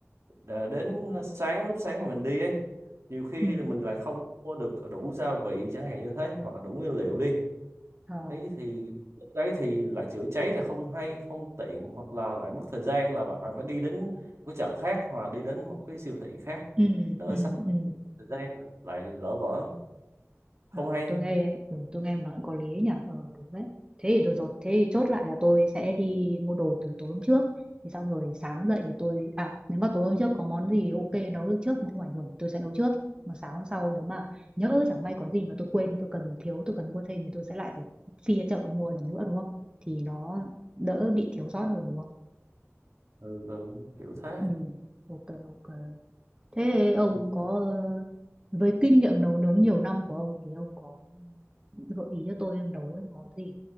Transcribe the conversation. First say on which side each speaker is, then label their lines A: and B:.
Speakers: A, on the right (about 60°); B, on the right (about 20°).
A: Đã đến sáng lúc sáng mà mình đi ấy nhiều khi
B: ừ,
A: là mình lại không mua được đủ gia vị chẳng hạn như thế hoặc là đủ nguyên liệu đi
B: ờ,
A: đấy thì lúc đấy thì lại chữa cháy là không hay không tiện hoặc là lại mất thời gian là bạn bạn phải đi đến một cái chợ khác hoặc là đi đến một cái siêu thị khác
B: ừ,
A: nó là
B: ừ,
A: sắp
B: ừ.
A: thời gian lại lỡ vỡ không
B: Ờ,
A: hay
B: tôi nghe ừ, tôi nghe em nói cũng có lý nhỉ ờ, đúng đấy thế thì được rồi thế thì chốt lại là tôi sẽ đi mua đồ từ tối hôm trước thì xong rồi sáng dậy thì tôi à nếu mà tối hôm trước có món gì ok nấu được trước mà không ảnh hưởng thì tôi sẽ nấu trước mà sáng hôm sau nếu mà nhỡ chẳng may có gì mà tôi quên tôi cần thiếu tôi cần mua thêm thì tôi sẽ lại phải phi ra chợ mua lần nữa đúng không thì nó đỡ bị thiếu sót hơn đúng không
A: ừ, ừ kiểu thế
B: ừ ok ok thế ông
A: thì,
B: có với kinh nghiệm nấu nướng nhiều năm của ông thì ông có gợi ý cho tôi em nấu cái món gì